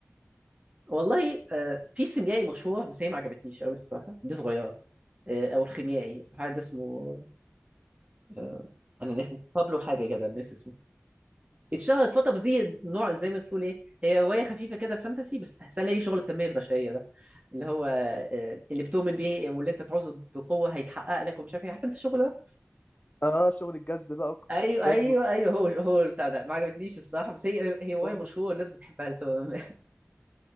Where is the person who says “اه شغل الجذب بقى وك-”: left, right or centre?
Left